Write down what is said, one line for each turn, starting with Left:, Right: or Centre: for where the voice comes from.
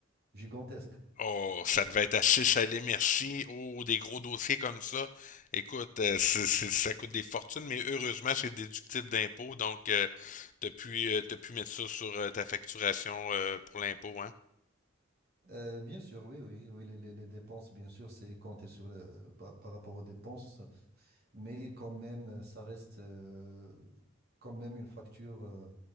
Right: gigantesque.
Left: Oh, ça devait être à 6 à merci. Oh, des gros dossiers comme ça. Écoute, euh, c'est- c'est- ça coûte des fortunes, mais heureusement, c'est déductible d'impôt. Donc, euh, t'as pu, euh, t'as pu mettre ça sur euh, ta facturation euh, pour l'impôt, hein?
Right: Euh, bien sûr, oui, oui, oui, les, les- les dépenses, bien sûr, c'est compté sur le- par par rapport aux dépenses. mais quand même, euh, ça reste euh, quand même une facture euh,